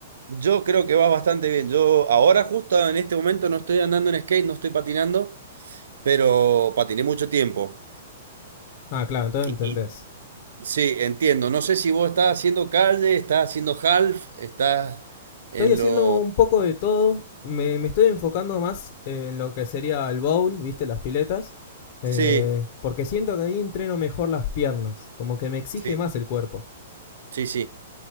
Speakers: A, on the right (about 80°); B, on the left (about 35°).
A: yo creo que vas bastante bien. Yo ahora justo en este momento no estoy andando en skate, no estoy patinando, pero patiné mucho tiempo.
B: Ah, claro, entonces
A: Y
B: entendés.
A: sí, entiendo. No sé si vos estás haciendo calle, estás haciendo half, estás
B: Estoy
A: en
B: haciendo
A: lo...
B: un poco de todo. Me, me estoy enfocando más en lo que sería el bowl, ¿viste? Las piletas. Eh,
A: Sí,
B: porque siento que ahí entreno mejor las piernas. Como que me exige
A: sí,
B: más el cuerpo.
A: sí, sí.